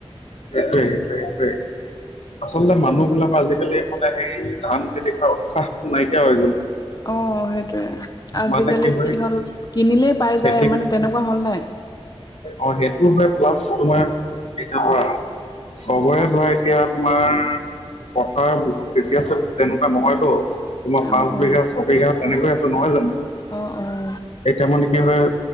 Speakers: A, on the left (about 85°); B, on the left (about 40°).
A: এইটোৱে, এইটোৱে, এইটোৱে। আচলতে,
B: অ',
A: মানুহ বিলাকৰ আজিকালি মানে, হেৰি ধান খেতি কৰা উৎসাহটো নাইকিয়া হৈ গ'ল।
B: অ', সেইটোৱে, আজিকালি
A: মানে হয়
B: কি হ'ল কিনিলেই পাই
A: খেতি
B: যায় মানে তেনেকুৱা হ'ল নাই।
A: অ', সেইটো হয়। প্লাছ তোমাৰ এতিয়া ধৰা চবৰে ধৰা এতিয়া তোমাৰ পথাৰ বহুত বেছি আছে, তেনেকুৱা নহয়তো। তোমাৰ পাঁচ
B: অ', অ',
A: বিঘ, ছয় বিঘা তেনেকে আছে নহয় জনো।
B: অ', অ'।
A: এতিয়া মানে কি হয়,